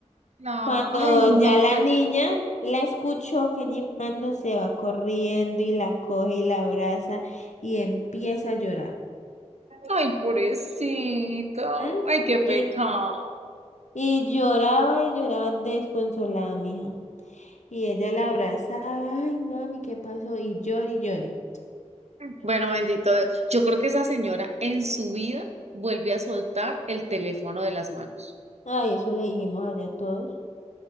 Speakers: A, on the right; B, on the left.
A: la-
B: Cuando
A: ay, no,
B: ya la
A: calla.
B: niña la escuchó que llegando se va corriendo y la coge y la abraza y empieza a llorar.
A: Ay, pobrecita.
B: ¿m?
A: Ay, qué pecado.
B: Y, y lloraba y lloraba desconsolada, mija. Y ella la abrazaba, ay, mami, ¿qué pasó? Y llore y llore.
A: Bueno, bendito Dios. Yo creo que esa señora en su vida vuelve a soltar el teléfono de las manos.
B: Ay, eso le dijimos allá a todos.